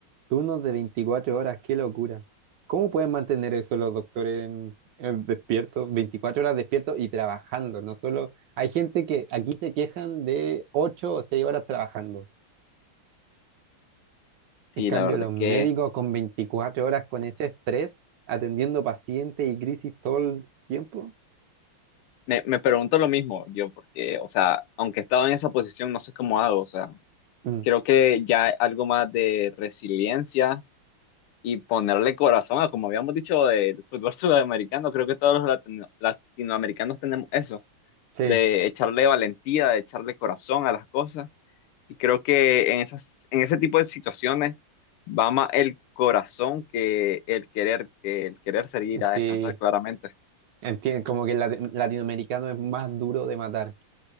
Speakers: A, on the right; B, on the left.
A: Turnos de 24 horas, qué locura. ¿Cómo pueden mantener eso los doctores en- en despiertos, 24 horas despiertos y trabajando? No solo hay gente que aquí se quejan de 8 o 6 horas trabajando. En
B: Y
A: cambio,
B: la verdad
A: los
B: es
A: médicos
B: que
A: con 24 horas con ese estrés, atendiendo pacientes y crisis todo el tiempo.
B: me, me pregunto lo mismo yo, porque, o sea, aunque he estado en esa posición, no sé cómo hago, o sea,
A: Mm,
B: creo que ya algo más de resiliencia y ponerle corazón a, como habíamos dicho, del fútbol <laughs> sudamericano. Creo que todos los latino- latinoamericanos tenemos eso,
A: sí,
B: de echarle valentía, de echarle corazón a las cosas. Y creo que en esas, en ese tipo de situaciones va más el corazón que el querer, que el querer salir a descansar,
A: sí,
B: claramente.
A: entiendo, como que el lati- latinoamericano es más duro de matar.